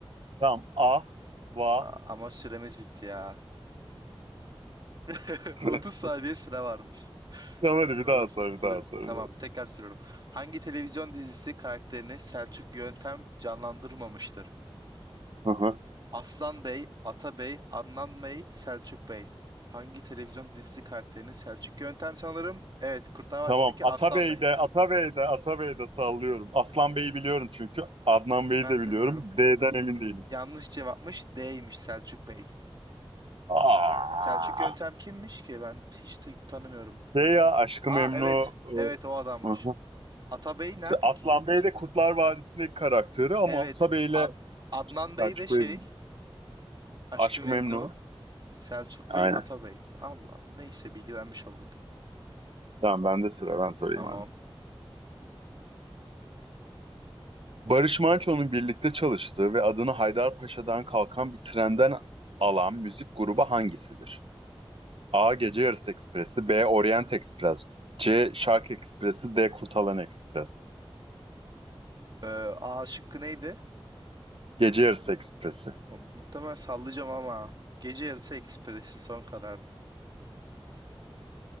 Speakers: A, on the right; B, on the right.
A: Tamam. A. Va.
B: Aa, ama süremiz bitti ya. <laughs>
A: <laughs>
B: 30 saniye süre varmış.
A: Tamam hadi bir
B: Maalesef
A: daha sor.
B: süre
A: Bir daha
B: bitti.
A: sor. Bir
B: Tamam,
A: daha. sor.
B: tekrar soruyorum. Hangi televizyon dizisi karakterini Selçuk Yöntem canlandırmamıştır?
A: Hı hı.
B: Aslan Bey, Atabey, Adnan Bey, Selçuk Bey. Hangi televizyon dizisi karakterini Selçuk Yöntem sanırım? Evet, Kurtlar Vadisi'ndeki
A: Tamam. Atabey'de,
B: Aslan Bey.
A: Atabey'de, Atabey'de sallıyorum. Aslan Bey'i biliyorum çünkü. Adnan Bey'i
B: Ben
A: de biliyorum.
B: de biliyorum.
A: D'den emin değilim.
B: Yanlış cevapmış, D'ymiş Selçuk Bey.
A: Aa.
B: Selçuk Yöntem kimmiş ki? Ben hiç ta- tanımıyorum.
A: Şey
B: Bakayım.
A: ya Aşkı
B: Aa
A: Memnu.
B: evet,
A: e,
B: evet o adammış.
A: hı hı.
B: Atabey nerede
A: Aslan
B: ki acaba?
A: Bey de Kurtlar Vadisi'ndeki karakteri ama
B: Evet.
A: Atabey'le
B: Ad- Adnan Bey
A: Selçuklu'ydum.
B: de şey. Aşk-ı
A: Aşkı
B: Memnu.
A: Memnu.
B: Selçuk
A: Aynen.
B: Bey, Ata Bey. Allah. Neyse bilgilenmiş olduk.
A: Tamam bende sıra ben sorayım
B: Tamam.
A: abi. Barış Manço'nun birlikte çalıştığı ve adını Haydarpaşa'dan kalkan bir trenden alan müzik grubu hangisidir? A. Gece Yarısı Ekspresi B. Orient Ekspres C. Şark Ekspresi D. Kurtalan Ekspres
B: Ee, A şıkkı neydi?
A: Gece Yarısı Ekspresi
B: Mu- Muhtemelen sallayacağım ama. Gece yarısı ekspresi son kararım.